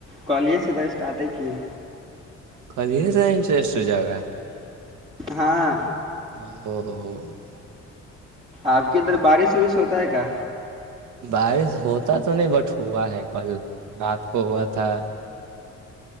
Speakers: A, on the right; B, on the right.
A: کالج سے تو اسٹارٹ ہی کیے
B: کل سائٹرسٹ جگہ-
A: ہاں
B: ند- ند
A: آپ کے اندر بارش وارش ہوتا ہے کیا?
B: بارش ہوتا تو نہیں بٹ ہوا ہے کل رات کو ہوا تھا-